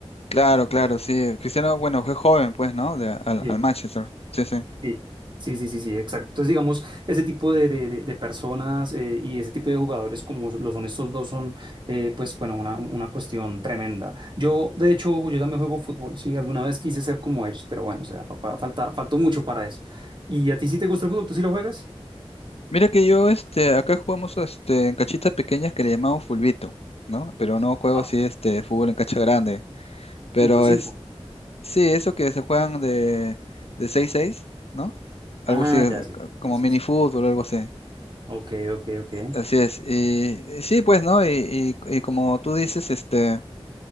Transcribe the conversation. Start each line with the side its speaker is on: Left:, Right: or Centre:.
Left: Claro, claro, sí. Cristiano, bueno, fue joven, pues, ¿no? De- al,
Right: Sí,
Left: al Manchester. Sí, sí.
Right: sí. Sí, sí, sí, sí, exacto. Entonces, digamos, ese tipo de, de, de- de personas eh, y ese tipo de jugadores como lo son estos dos son, eh, pues, bueno, una, una cuestión tremenda. Yo, de hecho, yo también juego fútbol, sí, alguna vez quise ser como ellos, pero bueno, o sea, fa- fa- falta, faltó mucho para eso. ¿Y a ti sí te gusta el fútbol? ¿Tú sí lo juegas?
Left: Mira que yo, este, acá jugamos, este, en cachitas pequeñas que le llamamos fulbito, ¿no? Pero no juego
Right: Ah,
Left: así, este, fútbol en cancha grande. Pero,
Right: Fútbol cinco
Left: Sí, eso que se juegan de, de seis seis, ¿no? Algo
Right: Ah,
Left: así, c-
Right: ya, sí,
Left: como
Right: sí, sí,
Left: mini
Right: sí.
Left: fútbol, algo así.
Right: Ok, ok, ok.
Left: Así es. Y, y sí, pues, ¿no? Y, y- y como tú dices, este,